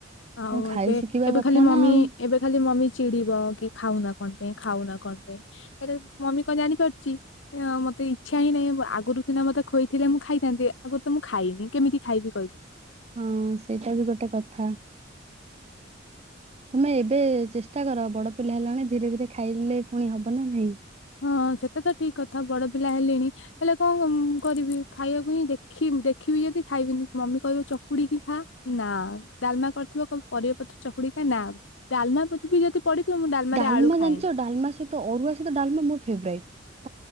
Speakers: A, on the left; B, on the right.
A: ଆଉ
B: ହଁ ଖାଇ
A: ଏବେ
B: ଶିଖିବା
A: ଏବେ
B: କଥା
A: ଖାଲି ମମି
B: ନା ଆଉ
A: ଏବେ ଖାଲି ମମି ଚିଡିବ କି ଖାଉ ନା କଣ ପାଇଁ ଖାଉ ନା କଣ ପାଇଁ। ହେ ମମି କଣ ଜାଣିପାରୁଚଛି ମତେ ଇଚ୍ଛା ହିଁ ନାହିଁ ଆଗରୁ ସିନା ମତେ ଖୋଇଥିଲେ ମୁଁ ଖାଇଥାନ୍ତି ଆଗରୁ ତ ମୁଁ ଖାଇନି କେମିତି ଖାଇବି କହିଲ।
B: ହଁ ସେଇଟା ବି ଗୋଟେ କଥା।
A: <unintelligible>
B: ତମେ ଏବେ ଚେଷ୍ଟା କର ବଡ ପିଲା ହେଲାଣି ଧୀରେ ଧୀରେ ଖାଇଲେ ପୁଣି ହବ ନା ନାହିଁ।
A: ହଁ ସେଟା ତ ଠିକ କଥା ବଡ ପିଲା ହେଲେଣି। ହେଲେ କଣ କରିବି ଖାଇବାକୁ ହିଁ ଦେଖି ଦେଖିବି ଯଦି ଖାଇବିନି ମମି କହିବ ଚକୁଡିିକି ଖା। ନା ଡାଲମା କରିଥିବ କହିବ ପରିବାପତ୍ର ଚକୁଡି ଖା ନା ଡାଲମା ବୁବି ଯଦି ପଡିଥିବ ମୁଁ ଡାଲମାରେ
B: ଡାଲମା
A: ଆଳୁ ଖାଏନି
B: ଜାଣିଛ ଡାଲମା ସହିତ ଅରୁଆ ସହିତ ଡାଲମା ମୋର ଫେରାଇଟ।